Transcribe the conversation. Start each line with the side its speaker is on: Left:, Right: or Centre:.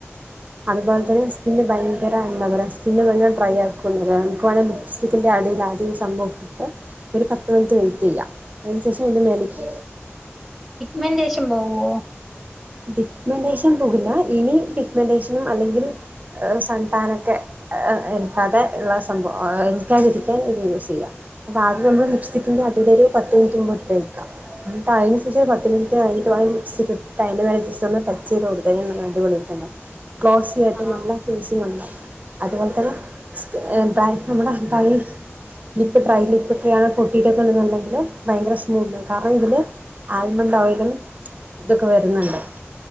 Right: അതുപോലെ തന്നെ ഭയങ്കര അൺ <unintelligible> ഞ്ഞാ ട്രൈ ആ ക്കൊന്നൊല്ല നമക്ക് വേണേ ലിപ്പ്സ് റ്റിക്കിൻന്റെ അടിൽ ആദ്യം ഈ സംഭവട്ടിട്ട് ഒരു പത്ത് മിനിറ്റ് വെയിറ്റ് ചെയ്യാം അയിന് ശേഷം അതിന്റെ മേലെക്ക്
Centre: മേന്റെഷൻ പോവോ
Right: പിഗ് മെന്റേഷൻ പോകില്ല ഇനി പിഗ് മെന്റേഷനും അല്ലെങ്കിൽ സന്താനൊക്കെ ഏ എട്ക്കാതെ ഇള്ള സംഭവം ഏ ക്കാതിരിക്കാൻ ഇത് യൂസ് ചെയ്യാ അപ്പം ആദ്യം നമ്മൾ ലിപ് റ്റിക്കിന്റെ അടിൽ ഒരു പത്ത് മിനിറ്റ് മുമ്പ് ഇട്ട് വെക്കാം ഇന്നട്ട് അയ് അ <unintelligible> പത്ത് മിനിട്ട് കഴിഞ്ഞിട്ട് വേണം ലിപ്സ് ട്ട് അയിന്റെ മേലെ ജസ്റ്റ് ഒന്ന് ടച്ച് ചെയ്ത് കൊട് ത്ത് കഴിഞ്ഞാ നല്ല അടിപൊളി ആയിട്ട് ഇണ്ടാവും ക്ലോസി ആയിട്ട്
Centre: ആ
Right: നമ്മളെ ഫേസിംഗ് ഉണ്ടാവും അതുപോലെ തന്നെ സ് ഡ്രൈ നമ്മളെ ഡൈസ് ലിപ്പ് ഡ്രൈ ലിപ്പ് ഒക്കെയാണ് പൊട്ടീട്ടൊക്കെയാണ് ഇണ്ട്ന്നെങ്കി ഭയങ്കര സ്മൂ ഇണ്ട് കാരണം ഇതില് ആൽമണ്ട് ഓയിലും തൊക്കെ വെര്ന്ന്ണ്ട്